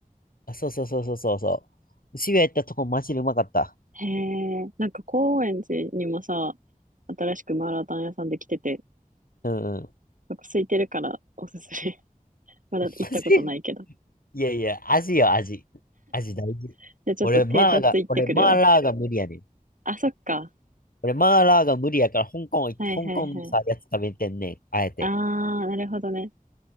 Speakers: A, on the left; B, on the right.
A: あ、あそうそうそうそうそうそう。渋谷行ったとこ、マジでうまかった。
B: へえ、なんか高円寺にもさ、新しくマーラータン屋さんできてて、
A: うんうん。
B: なんか空いてるからおすすめ。<laughs> まだ行ったことないけど。
A: マジでいやいや、味よ、味。味大事。
B: <laughs> じゃあちょっと偵察行ってくるわ。
A: 俺、マーが、俺、マーラーが無理やねん。
B: あ、そっか。
A: 俺、マーラーが無理やから、香港行って、
B: はいはいはい。
A: 香港のさ、やつ食べてんねん。あえて。
B: ああ、なるほどね。